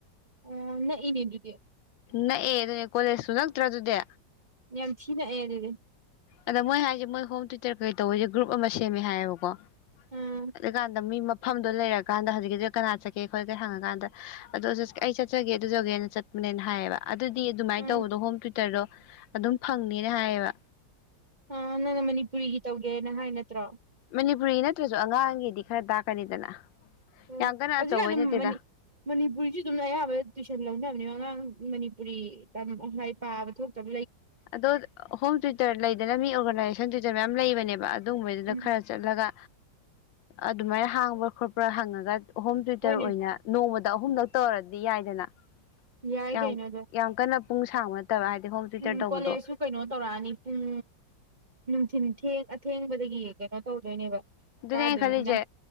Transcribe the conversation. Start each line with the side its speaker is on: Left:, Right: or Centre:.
Right: ꯑ ꯅ ꯏꯅꯦꯗꯨꯗꯤ
Left: ꯅꯛꯑ ꯑꯗꯨꯅꯦ ꯀꯣꯂꯦꯖꯁꯨ ꯅꯛꯇ꯭ꯔ ꯑꯗꯨꯗꯤ
Right: ꯌꯥꯝ ꯊꯤꯅꯑꯗꯤ
Left: ꯑꯗ ꯃꯣꯏ ꯍꯥꯏꯁꯦ ꯃꯣꯏ ꯍꯣꯝ ꯇ꯭ꯌꯨꯇꯔ ꯀꯩ ꯇꯧꯕꯁꯦ ꯒ꯭ꯔꯨꯞ ꯑꯃ ꯁꯦꯝꯃꯦ ꯍꯥꯏꯌꯦꯕꯀꯣ
Right: ꯎꯝ
Left: ꯑꯗꯨꯀꯥꯟꯗ ꯃꯤ ꯃꯐꯝꯗꯣ ꯂꯩꯔꯀꯥꯟꯗ ꯍꯧꯖꯤꯛꯀꯤꯗꯨ ꯀꯅꯥ ꯆ ꯀꯦ ꯈꯣꯠꯂ ꯀꯦ ꯍꯪꯉꯀꯥꯟꯗ ꯑꯗꯨꯗ ꯑꯩ ꯆꯠꯆꯒꯦ ꯑꯗꯨꯖꯧꯒꯦꯅ ꯆꯠꯄꯅꯦꯅ ꯍꯥꯏꯌꯦꯕ ꯑꯗꯨꯗꯤ ꯑꯗꯨꯃꯥꯏꯅ
Right: ꯎꯝ
Left: ꯇꯧꯕꯗꯣ ꯍꯣꯝ ꯇ꯭ꯌꯋꯨꯇꯔꯗꯣ ꯑꯗꯨꯝ ꯐꯪꯅꯤꯅ ꯍꯥꯏꯌꯦꯕ
Right: ꯑ ꯅꯪꯅ ꯃꯅꯤꯄꯨꯔꯤꯒꯤ ꯇꯧꯒꯦꯅ ꯍꯥꯏ ꯅꯠꯇ꯭ꯔꯣ
Left: ꯃꯅꯤꯄꯨꯔꯤ ꯅꯠꯇ꯭ꯔꯁꯨ ꯑꯉꯥꯡꯒꯤꯗꯤ ꯈꯔ ꯇꯥꯛꯀꯅꯤꯗꯅ
Right: ꯑꯣ
Left: ꯌꯥꯝ ꯀꯟꯅ
Right: ꯍꯧꯖꯤꯛꯀꯥꯟꯗ
Left: ꯑꯆꯧꯕꯩ ꯅꯠꯇꯦꯗ
Right: ꯃꯅꯤꯄꯨꯔꯤꯁꯨ ꯑꯗꯨꯝꯅ ꯑꯌꯥꯝꯕ ꯇꯨꯋꯏꯁꯟ ꯂꯧꯅꯕꯅꯦ ꯑꯉꯥꯡ ꯔꯤꯣꯏ ꯄꯥꯕ ꯊꯣꯛꯇꯕ
Left: ꯑꯗꯣ ꯍꯣꯝ ꯇ꯭ꯌꯨꯇꯔ ꯂꯩꯗꯅ ꯃꯤ ꯑꯣꯔꯒꯅꯥꯏꯖꯦꯁꯟ ꯇ꯭ꯌꯨꯇꯔ ꯃꯦꯝ ꯂꯩꯕꯅꯦꯕ ꯑꯗꯨꯒꯨꯝꯕꯗꯨꯗ
Right: ꯎꯝ
Left: ꯈꯔ ꯆꯠꯂꯒ ꯑꯗꯨꯃꯥꯏꯅ ꯍꯥꯡꯕ꯭ꯔꯥ ꯈꯣꯠꯄ꯭ꯔꯥ ꯍꯪꯉꯒ ꯑꯍꯣꯝ ꯇ꯭ꯋꯇꯔ
Right: ꯍꯣꯏꯅꯦ
Left: ꯑꯣꯏꯅ ꯅꯣꯡꯃꯗ ꯑꯍꯨꯝꯂꯛ ꯇꯧꯔꯗꯤ ꯌꯥꯏꯗꯅ
Right: ꯌꯥꯏ
Left: ꯌꯥꯝ
Right: ꯀꯥꯏ ꯅꯗ
Left: ꯌꯥꯝ ꯀꯟꯅ ꯄꯨꯡ ꯁꯥꯡꯕ ꯅꯠꯇꯕ ꯍꯥꯏꯗꯤ ꯍꯣꯝ ꯇ꯭ꯌꯨꯇꯔ
Right: ꯎꯝ
Left: ꯇꯧꯕꯗꯣ
Right: ꯀꯣꯂꯦꯖꯁꯨ ꯀꯩꯅꯣ ꯇꯧꯔꯛꯑꯅꯤ ꯄꯨꯡ ꯅꯨꯡꯊꯤꯟ ꯦꯡ ꯑꯊꯦꯡꯕꯗꯒꯤ ꯀꯩꯅꯣ ꯇꯧꯗꯣꯏꯅꯦꯕ
Left: ꯑꯗꯨꯅꯦ
Right: ꯀꯥꯗꯣꯏꯅꯤꯅ
Left: ꯑꯩꯅ ꯈꯜꯂꯤꯁꯦ